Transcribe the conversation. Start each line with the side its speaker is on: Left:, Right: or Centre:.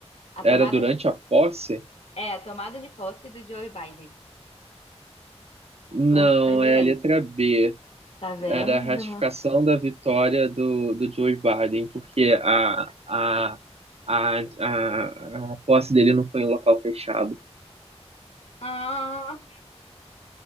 Left: A
Right: Era
Left: tomada
Right: durante
Left: de,
Right: a posse?
Left: é, a tomada de posse do Joe Biden
Right: Não,
Left: como presidência.
Right: é a letra B.
Left: Tá vendo?
Right: Era a ratificação
Left: <laughs>
Right: da vitória do, do Joe Biden, porque a, a, a, a, a posse dele não foi em um local fechado.
Left: Ah,